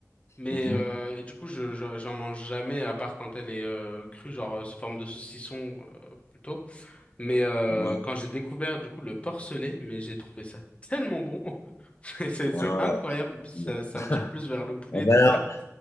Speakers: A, on the left; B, on the left.
A: Mais
B: Mhm.
A: euh, et du coup, je, je- j'en mange jamais, à part quand elle est euh, crue, genre euh, sous forme de saucisson euh, plutôt. Mais euh,
B: Ouais.
A: quand j'ai découvert du coup le porcelet, mais j'ai trouvé ça tellement bon. <laughs> C'est c'est
B: Ah
A: c'est incroyable,
B: ouais.
A: ça, ça me tire plus vers le poulet,
B: Ah
A: tout
B: bah alors,
A: ça.